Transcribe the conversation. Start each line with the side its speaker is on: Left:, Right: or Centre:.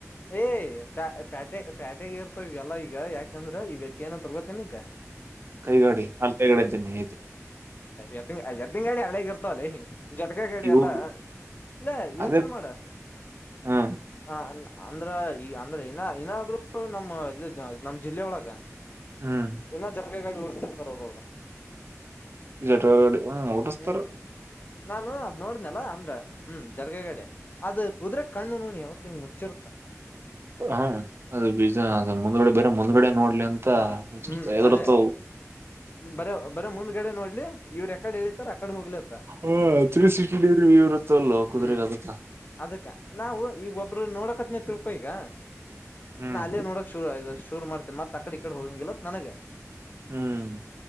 Left: ಏ್ ಪ ಪ್ಯಾಟೆ ಪ್ಯಾಟೆೆಗೆ ಇರ್ತಾವ ಇವೆಲ್ಲಾ ಈಗ ಯಾಕಂದ್ರೆ ಈ್ಯ ಕ ಏನಂತ ಗತ್ತನಿಕಾ
Right: ಕೈ ಗಾಡಿ ಅಲ್ಗಡೆ ಇದ್ದೇನೆ
Left: ಎತ್ತ ಎತ್ತಿನಂಗಡಿ ಹಳೆಗ ಇರ್ತವಲ್ಲ ಜಟಕ ಗಡಿ
Right: ಇವು
Left: ಎಲ್ಲಾ ಇಲ್ಲೇ ಯೋಚನೆ
Right: ಅದೇ
Left: ಮಾಡ
Right: ಹ್ಮ್
Left: ಹ ಅಂದ್ರ ಈ ಅಂದ್ರೆ ಇನ್ನ ಏನಾದ್ರರು ನಮ್ಮ ಇದ ನಮ್ ಜಿಲ್ಲೆ ಒಳಗ
Right: ಹ್ಮ್
Left: ಇನ್ನ ಓಡಸ್ತಿರ್ತಾರ ಒಬ್ಬೊಬ್ರು
Right: ಜಟುವಗಡಿ ಹ್ಮ್ ಊಟಸ್ತಾರ
Left: ಹ್ಮ್ ನಾನು ಅದ್ ನೋಡ್ನಲ್ಲ ಅಂದ್ರ ಹ್ಮ್ ಜರ್ಗಗಡೆ ಅದ ಕುದು್ರಕ್ ಕಣ್ಣು ನೋಡಿಿ ಅವಕ್ ಹಿಂಗ ಮು ಹ
Right: ಹ್ಮ ಅದ ಬಜ ಅ ಮುಂದ್ಗಡೆ ಬೇರೆ ಮುಂದ್ಗಡೆ ನೋಡ್ಲಿ ಅಂತ
Left: ಹ
Right: ಮುಂರ್ತ
Left: ಹ್ಮ್
Right: ಎದ್ರತ
Left: ಅದೇ ಬರ ಬರ ಮುಂದ್ಗಡೆ ನೋಡ್ಲಿ ಇವ್್ರ ಯಕಡೆ ಹೇಳತಾರ ಅಕಡೆ ಹೋಗ್ಲಿತ್ತ
Right: ಹಾ ತ್ರೀ ಸಿಕ್ಟಿ ಡಗ್ರವ ಇರುತ್ತ ಅಲ್ ಕುದುರೆಗ್
Left: ಹ್ಮ್
Right: ಅದತ್ತಾ
Left: ಅದಕ್ಕ ನಾವು ಈ ಒಬ್ಬರು ನೋಡಕ್ ಹತ್ನ ತಿಕ ಈಗ
Right: ಹ್ಮ್
Left: ನ ಅಲ್ಲೇ ನೋಡಕ್ ಶುರು ಆಯ ಅಷ್ಟು ಶುರು ಮಾಡ್ತೇನ ಮತ್ತತ್ ಆ ಕಡೆ ಈ ಕಡೆ ಹೋಗಂಗಿಲ್ಲತ್ ನನಗೆ
Right: ಹ್ಮ್